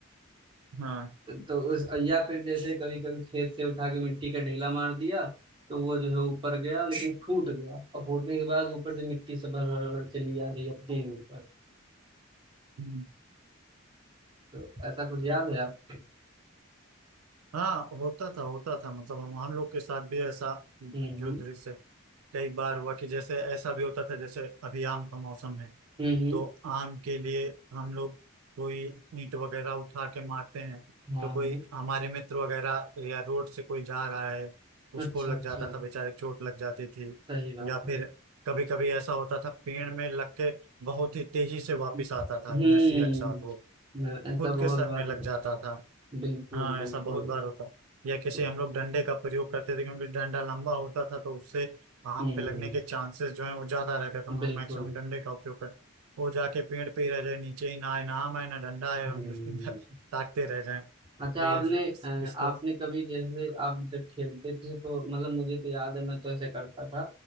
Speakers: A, on the right (about 85°); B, on the right (about 20°).
A: हाँ
B: तो उस या फिर जैसे कभी कभी खेत से उठा के मिट्टी का ढेला मार दिया तो वो जो है ऊपर गया लेकिन फूट गया और फूटने के बाद ऊपर से मिट्टी से भर भर भर चली आ रही है अपने ही ऊपर
A: हम्म।
B: तो ऐसा कुछ याद है आपको
A: हाँ होता था होता था मतलब हम हम लोग के साथ भी ऐसा जो
B: हम्म
A: दृश्य कई बार हुआ कि जैसे ऐसा भी होता था जैसे अभी आम का मौसम है
B: हम्म हम्म
A: तो आम के लिए हम लोग कोई ईंट वगैरह उठा के मारते हैं
B: हम्म, हाँ
A: तो कोई
B: हाँ
A: हमारे मित्र वगैरह या रोड से कोई जा रहा है उसको
B: अच्छा
A: लग
B: अच्छा
A: जाता था बेचारे चोट लग जाती थी
B: सही बात
A: या
B: है
A: फिर कभी कभी ऐसा होता था पेड़ में लग के बहुत ही तेजी से वापस
B: हम्म
A: आता था इनर्शिया के साथ वो
B: हाँ, ऐसा
A: खुद
B: बहुत
A: के सर
B: बार
A: में लग
B: हुआ
A: जाता था
B: बिल्कुल
A: हाँ
B: बिल्कुल
A: ऐसा बहुत बार होता या किसी
B: तो
A: हम लोग डंडे का प्रयोग करते थे क्योंकि डंडा लंबा होता था तो उससे आम
B: हम्म
A: पे लगने के चांसेस जो है वो ज्यादा रहते थे हम
B: बिल्कुल
A: लोग मैक्सिमम डंडे का उपयोग करते वो जाके पेड़ पे ही रह जाए नीचे ही ना आए ना आम आए ना डंडा आए
B: हम्म
A: हम <laughs> उसको ताकते रह जाए
B: अच्छा
A: ये
B: आपने
A: इस-
B: अ,
A: इसको
B: आपने कभी जैसे आप जब खेलते थे तो मतलब मुझे तो याद है मैं तो ऐसे करता था